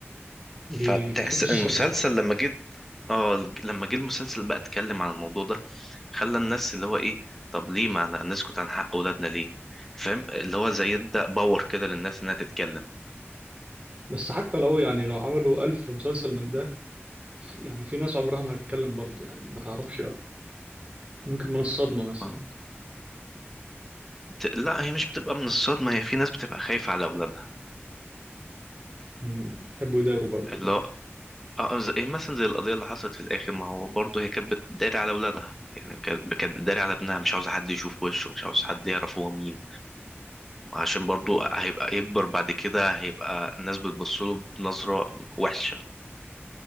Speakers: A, on the right; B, in the centre.
A: بيشوف
B: فتحس
A: السمعه
B: ان <laughs> المسلسل لما جيت اه الج- لما جه المسلسل بقى اتكلم عن الموضوع ده خلى الناس اللي هو ايه طب ليه ما ن- نسكت عن حق اولادنا ليه فاهم اللي هو زي يبدأ باور كده للناس انها تتكلم
A: بس حتى لو يعني لو عملوا ألف مسلسل من ده في- يعني في ناس عمرها ما هتتكلم برضه يعني ما تعرفش ممكن من الصدمة مثلا
B: اه بت... لا هي مش بتبقى من الصدمة هي في ناس بتبقى خايفة على اولادها
A: مم، يحبوا يداروا بقى وكده
B: اللي هو اه آه، زي مثلا زي القضية اللي حصلت في الآخر ما هو برضه هي كانت بتداري على اولادها يعني كانت كانت بتداري على ابنها مش عاوزة حد يشوف وشه مش عاوز حد يعرف هو مين عشان برضو هيبقى يكبر بعد كده هيبقى الناس بتبصله بنظرة وحشة